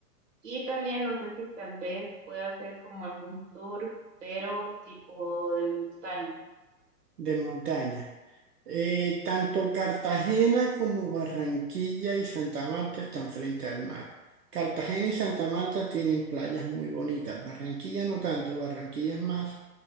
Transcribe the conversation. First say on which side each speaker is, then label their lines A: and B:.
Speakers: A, on the right; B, on the right.
A: Y también no sé si tal vez pueda hacer como algún tour, pero tipo de montaña.
B: De montaña. Eh, tanto Cartagena como Barranquilla y Santa Marta están frente al mar. Cartagena
A: Ajá,
B: y Santa Marta tienen playas muy bonitas. Barranquilla no tanto, Barranquilla es más